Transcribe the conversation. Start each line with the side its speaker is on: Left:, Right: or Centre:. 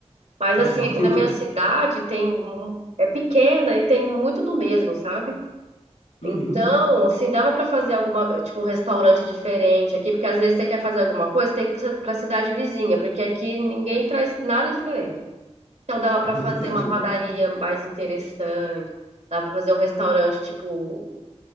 Right: Mas,
Left: Aham,
Right: assim, aqui
Left: entendi.
Right: na minha cidade tem. um- É pequena e tem muito do mesmo, sabe? Então,
Left: Uhum,
Right: assim, dava para fazer alguma, tipo, um restaurante diferente aqui, porque às vezes você quer fazer alguma coisa, tem que ir para a cidade vizinha, porque aqui ninguém traz nada diferente. Então, dava para
Left: <laughs>
Right: fazer
Left: entendi.
Right: uma padaria mais interessante, dava para fazer um restaurante, tipo,